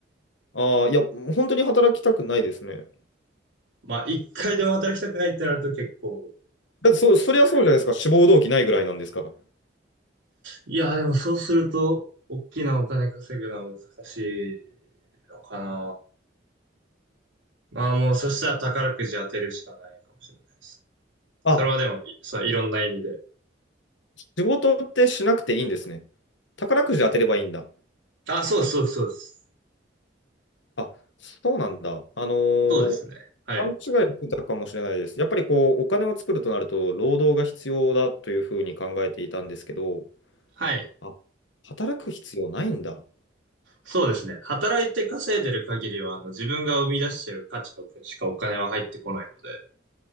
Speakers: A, on the left; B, on the right.
A: ああ、いや、本当に働きたくないですね。
B: まあ、一回でも働きたくないってなると結構、
A: だって、そ、そりゃそうじゃないですか。志望動機ないぐらいなんですから。
B: いや、でもそうすると、大きなお金稼ぐのは難しいのかな。まあもう、そしたら宝くじ当てるしかないかもしれないですね。それはでも、
A: あ、
B: いそう、いろんな意味で。
A: 仕事ってしなくていいんですね。宝くじ当てればいいんだ。
B: あ、そうです、そうです、そうです。
A: あ、そうなんだ。あのー
B: そうですね。はい。
A: 勘違いしてたかもしれないです。やっぱりこう、お金を作るとなると、労働が必要だというふうに考えていたんですけど、
B: はい。
A: あ、働く必要ないんだ。
B: そうですね。働いて稼いでる限りは、あの、自分が生み出してる価値の分しかお金は入ってこないので。